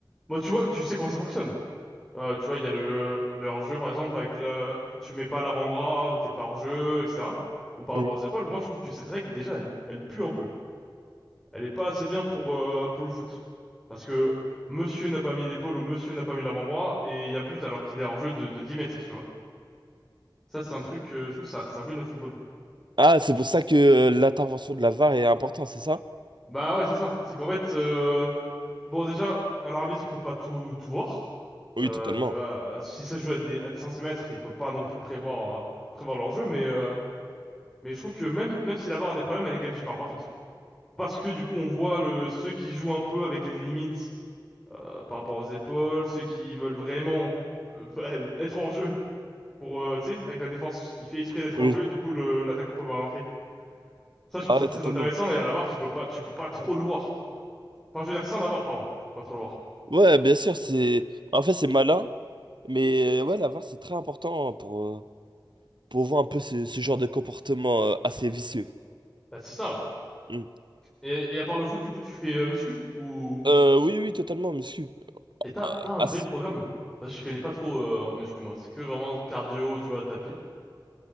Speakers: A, in the centre; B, on the right (about 70°).
A: Moi, tu vois, tu sais comment ça fonctionne. Euh, tu vois, il y a le, le hors-jeu par exemple avec le, quand tu mets pas l'avant-bras, t'es pas hors-jeu, etc. Ou par rapport
B: Oui.
A: aux épaules. Moi, je trouve que cette règle déjà, elle, elle pue un peu. elle est pas assez bien pour euh, pour le foot. Parce que monsieur n'a pas mis l'épaule ou monsieur n'a pas mis l'avant-bras et il y a but alors qu'il est hors jeu de, de 10 mètres, tu vois. Ça, c'est un truc, euh, je trouve, ça, ça ruine le football.
B: Ah, c'est
A: Je
B: pour
A: sais pas
B: ça
A: ce que-
B: que euh, l'intervention de la VAR est importante, c'est ça?
A: Bah ouais, c'est ça. C'est qu'en fait, euh, bon, déjà, un arbitre peut pas tout, tout voir.
B: Oui,
A: Euh,
B: totalement.
A: tu vois, euh, si ça se joue à des, à des centimètres, il peut pas non plus prévoir, euh, prévoir leur jeu, mais, euh, mais je trouve que même, même si la VAR a R a des problèmes, elle est quand même super importante. Parce que du coup, on voit le, ceux qui jouent un peu avec les limites par rapport aux épaules, ceux qui veulent vraiment euh, <laughs> bah, être en jeu pour, euh, tu sais, avec la défense, il fait exprès d'être
B: Oui.
A: en jeu et du coup le- l'attaquant peut pas marquer. Ça, je trouve
B: Ah
A: ça
B: ouais,
A: très
B: totalement.
A: intéressant et à la VAR, tu peux pas, tu peux pas trop le voir. Enfin, je veux dire sans la VAR, pardon, tu peux pas trop le voir.
B: Ouais, bien sûr, c'est en fait c'est malin, mais euh, ouais, la VAR c'est très important pour euh, pour voir un peu ce, ce genre de comportement euh, assez vicieux.
A: Bah, c'est ça, ouais.
B: Mm.
A: Et, et à part le foot, du coup, tu fais euh, muscu ou
B: Euh, oui, oui, totalement, monsieur.
A: et t'as
B: Euh,
A: t'as un
B: as-
A: vrai programme? Parce que je connais pas trop euh, en muscu moi, c'est que vraiment cardio, tu vois, tapis.